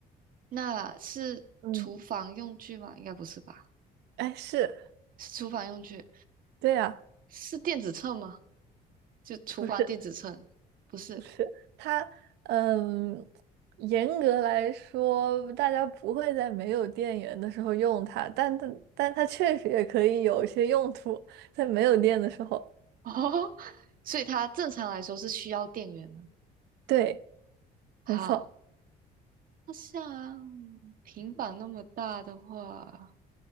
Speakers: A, on the right; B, on the right.
A: 那是厨房用具吗？
B: 嗯，
A: 应该不是吧？
B: 哎，是，
A: 是厨房用具，
B: 对呀，
A: 是电子秤吗？就厨房电子秤，
B: 不是，
A: 不是
B: 不是，
A: <laughs>
B: 它，嗯，严格来说，大家不会在没有电源的时候用它，但但但它确实也可以有一些用途，在没有电的时候，
A: 哦，所以它正常来说是需要电源的。
B: 对，
A: 好，
B: 没错。
A: 那像平板那么大的话，